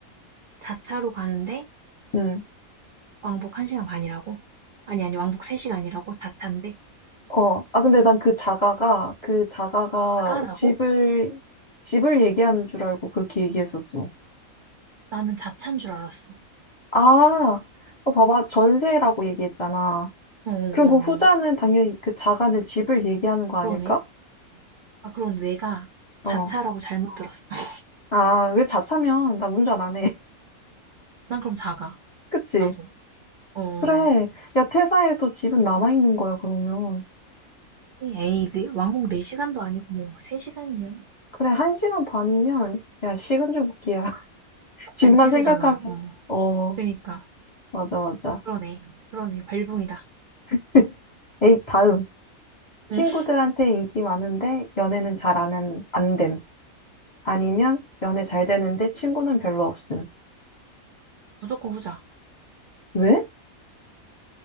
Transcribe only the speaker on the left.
음.
어, 아, 근데 난 그 자가가, 그 자가가
집을, 집을 얘기하는 줄 알고 그렇게 얘기했었어.
아, 어, 봐봐. 전세라고 얘기했잖아.
그리고 후자는
당연히 그 자가는 집을 얘기하는 거 아닐까?
어.
아, 왜 자차면 나 운전 안 해. <laughs>
그치?
그래. 야, 퇴사해도 집은 남아있는 거야, 그러면.
그래, 한 시간 반이면, 야, 식은 죽 먹기야. <laughs>
집만
생각하면,
어,
맞아, 맞아.
<laughs> 에이, 다음. 친구들한테
인기 많은데 연애는 잘 안, 한- 안 됨. 아니면 연애 잘 되는데 친구는 별로 없음.
왜?